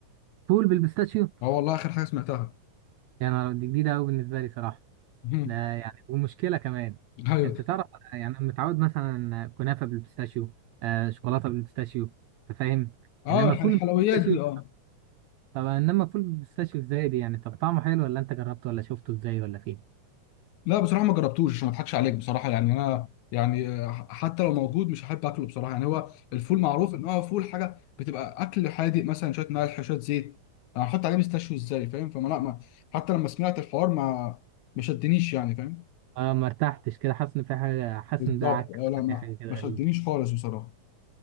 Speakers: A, on the right; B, on the left.
A: فول بالبيستاشيو
B: اه والله اخر حاجه سمعتها
A: يعني دي جديده قوي بالنسبه لي صراحه
B: <laughs>
A: لا يعني ومشكله كمان
B: ايوه
A: انت تعرف أنا يعني أنا متعود مثلا كنافه بالبيستاشيو آه شوكولاته بالبيستاشيو انت فاهم
B: اه
A: انما
B: الح-
A: فول
B: الحلويات
A: بالبيستاشيو
B: دي اه
A: طب انما فول بالبيستاشيو ازاي دي يعني طب طعمه حلو ولا انت جربته ولا شفته ازاي ولا فين
B: لا بصراحه ما جربتوش عشان ما اضحكش عليك بصراحه يعني انا يعني آه، حتى لو موجود مش هحب اكله بصراحه يعني هو الفول معروف ان هو فول حاجه بتبقى اكل حادق مثلا شويه ملح شويه زيت انا هحط عليه مستشوي ازاي فاهم فما لا ما حتى لما سمعت الحوار ما ما شدنيش يعني فاهم
A: اه ما ارتحتش كده حاسس ان في حاجه حاسس
B: بالظبط
A: ان ده عك
B: اه
A: ولا
B: لا ما
A: في حاجه كده
B: ما شدنيش
A: غريبه
B: خالص بصراحه